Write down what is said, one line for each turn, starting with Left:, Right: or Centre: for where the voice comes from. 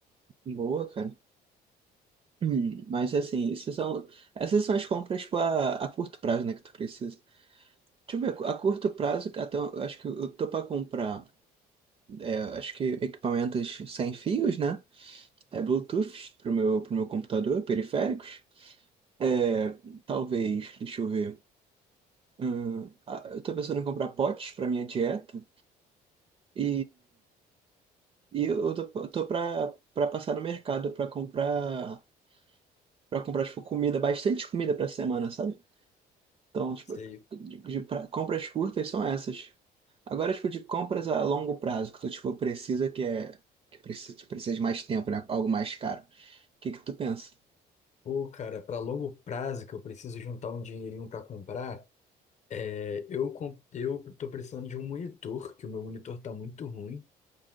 Right: boa, cara. Hum, mas assim, isso são, essas são as compras, tipo, a, a curto prazo, né, que tu precisa. Deixa eu ver, a curto prazo, até, eu acho que eu tô pra comprar, é, acho que equipamentos sem fios, né? É, Bluetooth pro meu, pro meu computador, periféricos. É, talvez, deixa eu ver. Hum, ah, eu tô pensando em comprar potes para minha dieta e, e eu tô, eu tô pra, pra passar no mercado pra comprar para comprar tipo comida, bastante comida pra semana, sabe? Então, tipo,
Left: Sei.
Right: de, de pra- compras curtas são essas. Agora, tipo, de compras a longo prazo, que tu tipo precisa que é que precisa, que precisa de mais tempo, né? Algo mais caro. O que que tu pensa?
Left: Pô, cara, pra longo prazo que eu preciso juntar um dinheirinho pra comprar. É, eu, com- eu tô precisando de um monitor, que o meu monitor tá muito ruim.